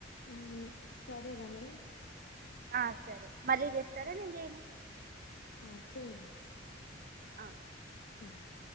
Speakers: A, on the left; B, on the right.
A: అవును సరే ర మరి
B: ఆ సరే మళ్ళీ చేస్తారా నేను చేయనా
A: ఆ చెయ్యవు మరి
B: ఆ
A: అ